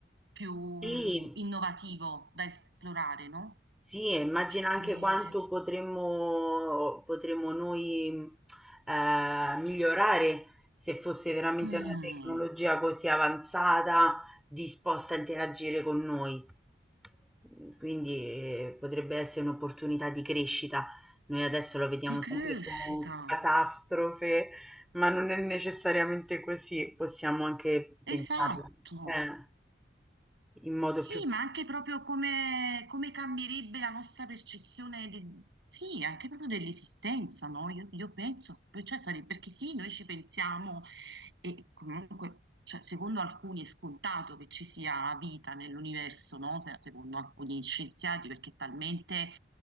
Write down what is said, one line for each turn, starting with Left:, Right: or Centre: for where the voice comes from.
Right: più
Centre: Sì,
Right: mh, innovativo da esplorare, no?
Centre: sì, e immagina
Right: Cioè,
Centre: anche
Right: come...
Centre: quanto potremmo, potremmo noi eh, migliorare se fosse veramente
Right: mm,
Centre: una tecnologia così avanzata, disposta a interagire con noi. Mhmm, quindi, ehm, potrebbe essere un'opportunità di crescita. Noi adesso lo vediamo
Right: di crescita,
Centre: sempre con catastrofe, ma non è necessariamente così, possiamo anche pensarla
Right: esatto.
Centre: eh, in modo
Right: Sì,
Centre: più
Right: ma anche proprio come, come cambierebbe la nostra percezione di- sì, anche proprio dell'esistenza, no? Io, io penso, cioè, sare- perché sì, noi ci pensiamo e comunque, cioè, secondo alcuni è scontato che ci sia vita nell'universo, no? Se- Secondo alcuni scienziati, perché è talmente